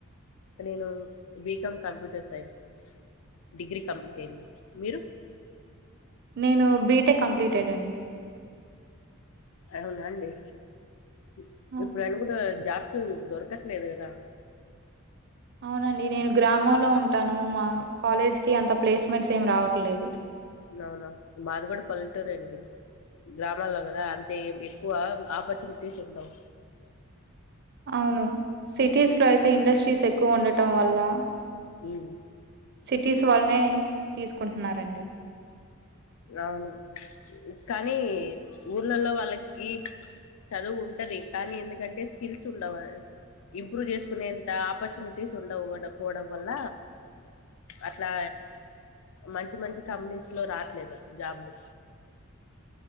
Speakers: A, on the left; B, on the right.
A: నేను BCom computer science degree complete అయింది. మీరు
B: నేను బీటెక్ కంప్లీటెడ్ అండి.
A: అవునా అండి. ఇప్
B: ఆ!
A: ఇప్పుడు అనుగుదాన్ జాబ్స్ దొరకట్లేదు గాదా
B: అవునండి, నేను గ్రామంలో ఉంటాను. మా కాలేజ్ కి అంత ప్లేస్మెంట్స్ ఏమ్ రావట్లేదు.
A: లావునా మాదిగూడ పల్లెటూరే అండి. గ్రాబ్లలా గాదా అంతేం ఎక్కువ ఆపర్చునిటీస్ ఉండవ్.
B: అవును, సిటీస్లో అయితే ఇండస్ట్రీస్ ఎక్కువ ఉండటం వల్లా
A: హుహ్
B: సిటీస్ వాళ్ళనే తీసుకుంటున్నారండి.
A: రావును కానీ ఊర్లల్లో వాళ్ళకి చదువు ఉంటది. కానీ ఎందుకంటే స్ కిల్స్ ఉండావాస్ ఇంప్రూవ్ చేసుకునేంత ఆపర్చునిటీస్ ఉండవు. వడ పోవడం వల్ల అట్లా మంచి, మంచి కంపెనీస్ లో రాట్లేదు జాబులు